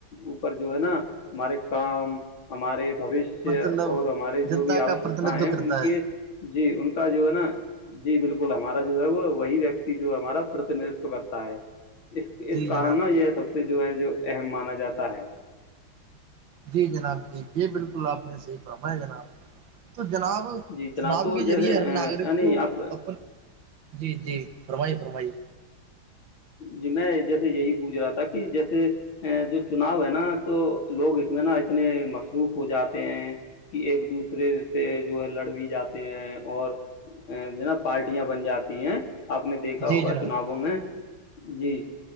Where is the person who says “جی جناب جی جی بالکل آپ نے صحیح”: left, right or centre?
Right